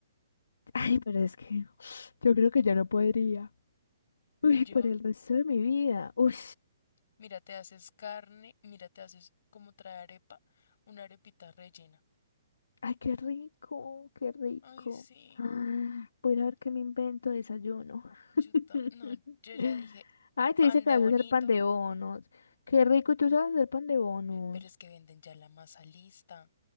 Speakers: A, on the left (about 85°); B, on the left (about 60°).
A: <laughs> Ay, pero es que <sighs> yo creo que ya no podría. Uy,
B: Yo,
A: por el resto de mi vida. Uy.
B: mira, te haces carne, mira, te haces como trae arepa, una arepita rellena.
A: Ay, qué rico, qué rico.
B: Ay, sí.
A: <gasps> Ah, Voy a ir a ver qué me invento de desayuno.
B: Yo
A: <laughs>
B: ta- no, yo ya dije
A: Ay, tú
B: pan
A: dices que
B: de
A: vas
B: bonito,
A: a hacer pan de bonos. Qué rico, ¿y tú sabes hacer pan de bonos?
B: pero es que venden ya la masa lista.